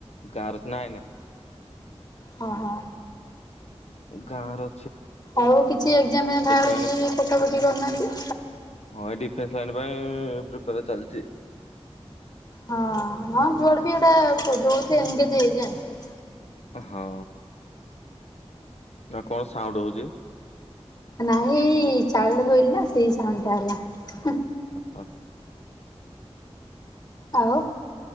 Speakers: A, on the left (about 80°); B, on the left (about 40°).
A: ଗାଁର ନାଇଁ
B: ହଁ, ହଁ।
A: ଗାଁ ର
B: ଆଉ, କିଛି ଏଗ୍ଜାମ୍ ଫେଗ୍ଜାମ୍ ବାହାରିଚି,
A: ଲାଇନ
B: ପକା ପକି କରିୁନାହାଁନ୍ତି।
A: ହଁ, ଏଇ ଡିଫେନ୍ସ ଲାଇନ ପାଇଁ ପ୍ରିପାର ଚାଲଚି।
B: ହଁ, ହଁ। ଜୁଆଡ ବି ଗୋଟେ <unintelligible> ଏନ୍ଗେଜ୍ ହେଇଯାଆନ୍ତୁ।
A: ହଁ ନା କଣ ସାଉଣ୍ଡ ହଉଚି?
B: ନାହିଁ-ଇ-ଇ ଚାଉଳ ଧୋଇଲି ନା! ସେଇ ସାଉଣ୍ଡଟା ହେଲା।
A: ହ।
B: ଆଉ!